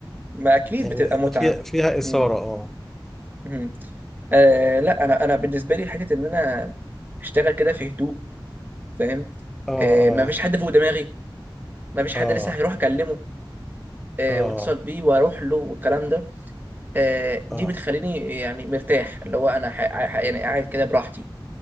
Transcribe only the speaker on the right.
ما اكيد
بتبقى متعه
امم
امم آه لا انا انا بالنسبه لي حته ان انا اشتغل كده في هدوء فاهم
آه ما فيش حد فوق دماغي ما فيش
حد لسه هيروح اكلمه آه
واتصل بيه واروح له والكلام ده آه، دي
بتخليني يعني مرتاح اللي هو انا ح... ح... يعني قاعد كده براحتي